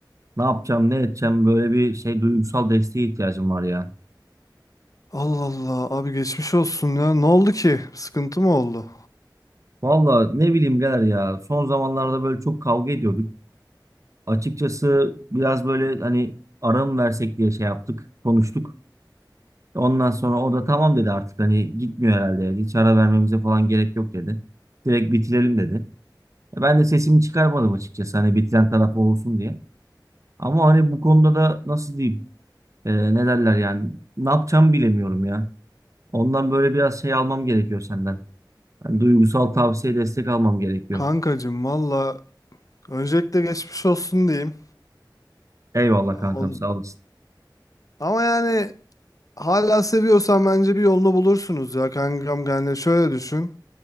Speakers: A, on the right; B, on the left.
A: Ne yapacağım ne edeceğim böyle bir şey duygusal desteğe ihtiyacım var ya.
B: Allah Allah abi geçmiş olsun ya. Ne oldu ki? Sıkıntı mı oldu?
A: Vallahi ne bileyim birader ya. Son zamanlarda böyle çok kavga ediyorduk. Açıkçası biraz böyle hani ara mı versek diye şey yaptık. Konuştuk. Ondan sonra o da tamam dedi artık hani gitmiyor herhalde. dedi. Hiç ara vermemize falan gerek yok dedi. Direkt bitirelim dedi. E, Ben de sesimi çıkarmadım açıkçası hani bitiren taraf olsun diye. Ama hani bu konuda da nasıl diyeyim e, ne derler yani ne yapacağımı bilemiyorum ya. Ondan böyle biraz şey almam gerekiyor senden. Hani duygusal tavsiye destek almam gerekiyor.
B: Kankacım valla öncelikle geçmiş olsun diyeyim.
A: Eyvallah
B: On...
A: kankam sağ olasın.
B: Ama yani hala seviyorsan bence bir yolunu bulursunuz ya kankam. Yani şöyle düşün.